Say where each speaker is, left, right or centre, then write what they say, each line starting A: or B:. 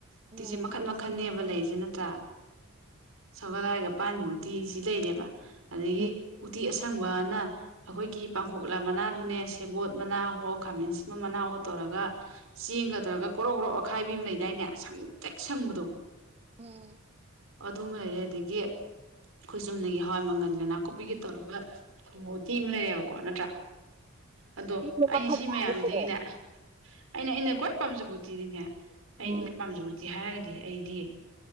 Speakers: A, on the right (about 70°); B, on the right (about 30°).
A: ꯎꯇꯤꯁꯦ
B: ꯎꯝ
A: ꯃꯈꯟ ꯃꯈꯟꯅꯅꯦꯕ ꯂꯩꯔꯤꯁꯦ ꯅꯠꯇ꯭ꯔꯥ ꯁꯒꯣꯜꯍꯋꯥꯏꯒ ꯄꯥꯟꯕ ꯎꯇꯤ ꯁꯤ ꯂꯩꯔꯦꯕ ꯑꯗꯒꯤ
B: ꯎꯝ
A: ꯎꯇꯤ ꯑꯁꯪꯕꯅ ꯑꯩꯈꯣꯏꯒꯤ ꯄꯥꯡꯈꯣꯛꯂꯥ ꯃꯅꯥꯗꯨꯅꯦ ꯁꯦꯕꯣꯠ ꯃꯅꯥꯍꯣ ꯈꯥꯃꯦꯟ ꯑꯁꯤꯟꯕ ꯃꯅꯥꯍꯣ ꯇꯧꯔꯒ ꯆꯦꯡꯒ ꯇꯧꯔꯒ ꯒ꯭ꯔꯣꯛ ꯒ꯭ꯔꯣ ꯑꯈꯥꯏꯕꯤ ꯑꯃ ꯂꯩꯗꯥꯏꯅꯦ ꯁꯪꯇꯔꯛ ꯁꯪꯕꯗꯣ
B: ꯎꯝ
A: ꯑꯗꯨꯝꯃ ꯂꯩꯔꯦ ꯑꯗꯒꯤ ꯑꯩꯈꯣꯏ ꯆꯨꯝꯅꯒꯤ ꯍꯋꯥꯏ ꯃꯪꯒꯟꯒ ꯅꯥꯀꯨꯞꯄꯤꯒꯤ ꯇꯧꯔꯒ ꯊꯨꯝꯕ ꯎꯇꯤ ꯑꯃ ꯂꯩꯔꯦꯕꯀꯣ ꯅꯠꯇ꯭ꯔꯥ ꯑꯗꯣ
B: ꯎꯆꯤꯗꯣ
A: ꯑꯩꯩꯅ
B: ꯃꯈꯜ
A: ꯁꯤ
B: ꯌꯥꯝꯃꯤꯀꯣ
A: ꯃꯌꯥꯝꯁꯤꯗꯒꯤꯅꯦ ꯑꯩꯅ ꯑꯩꯅ ꯈ꯭ꯋꯥꯏ ꯄꯥꯝꯖꯕ ꯎꯇꯤꯗꯤꯅꯦ ꯑꯩ
B: ꯎꯝ
A: ꯑꯩꯅ ꯄꯥꯝꯖꯕ ꯍꯥꯏꯔꯒꯗꯤ ꯑꯩꯗꯤ